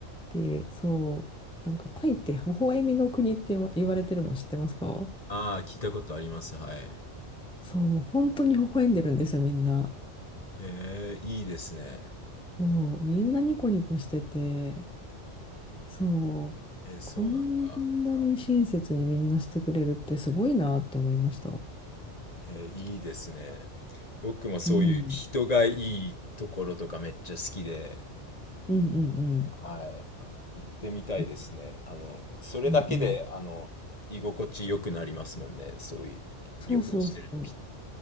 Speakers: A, in the centre; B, on the left.
A: で、そう、なんかタイって微笑みの国って言わ言われてるの知ってますか
B: ああ、聞いたことあります。はい。へ
A: そう、もう本当に微笑んでるんですよ、みんな。
B: え、いいですね。
A: そう、みんなニコニコしてて、そう、
B: えー、そうなんだ。
A: こんなに親切にみんなしてくれるってすごいなって思いました。
B: えー、いいですね。僕もそういう人がいいところとかめっちゃ好きで、
A: うん。うんうんうん。
B: はい。行ってみたいですね。
A: え
B: あの、それだけで、
A: うんうん。
B: あの、居心地良くなりますもんね。そういう旅行してる時って。
A: そうそうそう。